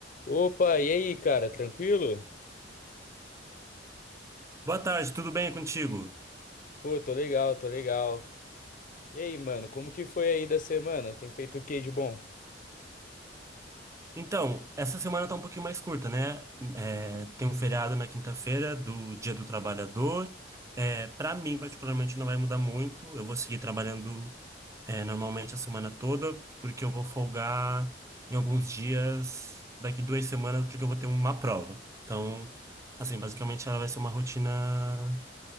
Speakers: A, on the left; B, on the right.
A: Opa, e aí, cara, tranquilo?
B: Boa tarde, tudo bem contigo?
A: Pô, tô legal, tô legal. E aí, mano, como que foi aí da semana? Tem feito o que de bom?
B: Então, essa semana tá um pouquinho mais curta, né? É, tem um feriado na quinta-feira do Dia do Trabalhador. É, para mim, particularmente, não vai mudar muito. Eu vou seguir trabalhando, é, normalmente a semana toda, porque eu vou folgar em alguns dias, daqui duas semanas, porque eu vou ter uma prova. Então, assim, basicamente ela vai ser uma rotina,